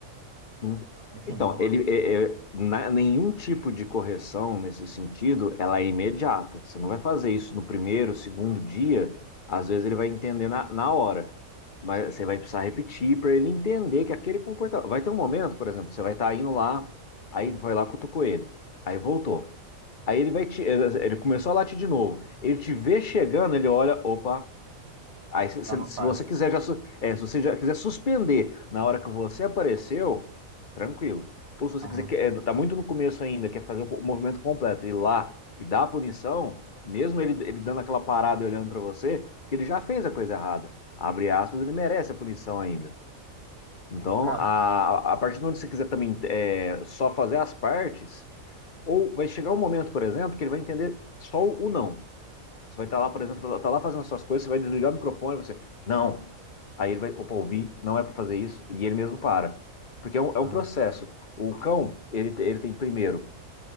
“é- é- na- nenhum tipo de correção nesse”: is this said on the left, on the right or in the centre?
Left